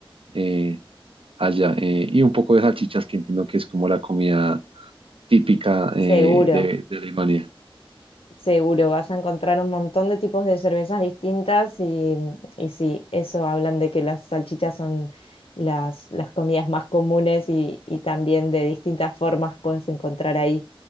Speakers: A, on the right; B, on the left.
A: eh, allá eh, y un poco de salchichas, que entiendo que es como la comida típica
B: Seguro,
A: eh, de, de Alemania.
B: seguro, vas a encontrar un montón de tipos de cervezas distintas y, y sí, eso hablan de que las salchichas son las, las comidas más comunes y, y también de distintas formas puedes encontrar ahí.